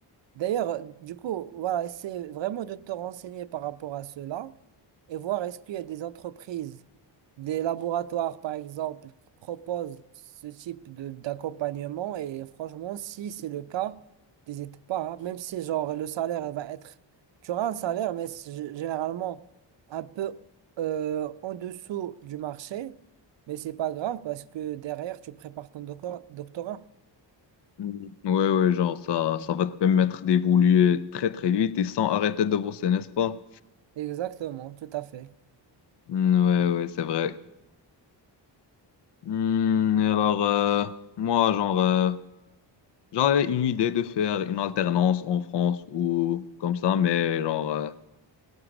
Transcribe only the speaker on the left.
Mhm. Ouais, ouais, genre, ça, ça va te permettre d'évoluer très, très vite et sans arrêter de bosser, n'est-ce pas?
Mm, Ouais, ouais, c'est vrai. Hmm, alors, euh, moi, genre, euh, j'avais une idée de faire une alternance en France ou comme ça, mais genre, euh,